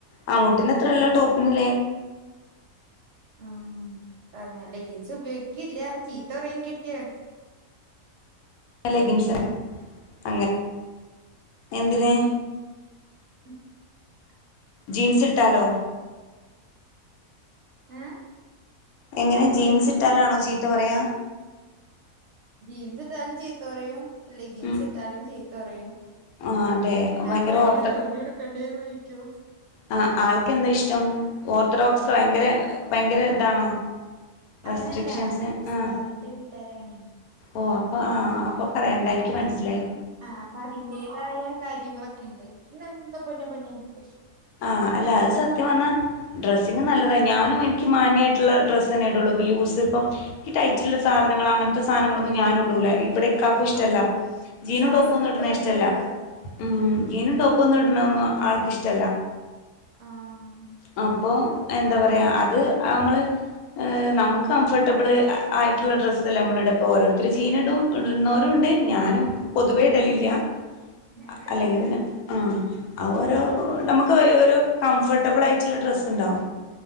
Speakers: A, on the left; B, on the right.
A: ആ മുട്ടിനത്രെള്ള ടോപ്പിനി
B: ആഹ് അങ്ങനെ ലെഗിൻസ് ഉപയോഗിക്കില്ല ചീത്തറയും കെട്ടിയോൻ
A: ലെഗിൻസ് അങ്ങെ എന്തിന്
B: <inaudible>
A: ജീൻസ് ഇട്ടാലോ
B: ഏ.
A: എങ്ങനെ ജീൻസിട്ടാലാണോ ചീത്ത പറയാ?
B: ജീൻസിട്ടാലും ചീത്ത പറയും ലെഗിൻസ്
A: ഉം
B: ട്ടാലും ചീത്ത പറയും
A: ആഹ് അതെ
B: ഞാൻ
A: ഭയങ്കര
B: പറിം
A: ഓർത്ത
B: പിന്നെ തുണിട്കണ്ട്യരും നോക്കിക്കോ
A: ആ ആൾക്കെന്താ ഇഷ്ടം ഓർത്തഡോക്സ് ഭയങ്കര ഭയങ്കര താണോ?
B: അങ്ങനല്ല
A: റെസ്ട്രിക്ഷൻസ്
B: ഉസ്താദിന്റെ
A: ആ
B: വീട്ടുകാരാണേ
A: ഓ അപ്പൊ ആ അപ്പൊ പറയണ്ട എനിക്
B: അപ്പൊ
A: മനസ്സിലായി
B: ആ അപ്പൊ അതിന്റേതായ കാര്യങ്ങളൊക്കെ ണ്ട് ന്താ ന്താ പൊന്നെ പൊന്നെ. കുറച്ച്
A: ആഹ അല്ല അത് സത്യം പറഞ്ഞാ. ഡ്രസ്സിങ്ങ് നല്ലത ഞാനും എനിക്ക് മാന്യായിട്ടുള്ള ഡ്രസ്സെന്നെ ഇടുള്ളു പ്പം യൂസ് പ്പം ഇ ടൈ റ്റുള്ള സാധനങ്ങൾ അങ്ങന് ത്തെ സാധനങ്ങളൊന്നും ഞാനും ഇടൂല ഇവിടെ. കാക്കും ഇഷ്ടല്ല
B: ആഹ്
A: ജീനും
B: ശ്വാസം
A: ടോപ്പും ഒന്നും
B: മുട്ടതൊക്കെ
A: ഇടുണെ ഇഷ്ടല്ല.
B: ഇടുമ്പോ
A: ഉം ജീനും ടോപ്പും ന്നും ഇട്ണെ ഒന്നും ആൾക്കിഷ്ടല്ല
B: ആഹ്
A: ആ പ്പൊ എന്താ പറയാ അത് നമ്മള് നമ്മക്ക് കംഫേർട്ടബിള് അ ആയിട്ടുള്ള ഡ്രസ്സല്ലേ നമ്മള് ഇട ഇപ്പോ ഓരോരുത്തർ ജീന് ഇടും ഇടുന്നോരു ണ്ട് ഞാനും. പൊതുവെ ഇടലില്ല്യ
B: ഞാനിടാറില്ല
A: അ അല്ലെങ്കി പിന്നെ ആ അ ഓരോ നമ്മക്ക് ഒരു രു കംഫർട്ടബിളായിട്ടുള്ള ഡ്രസ്ണ്ടാവും.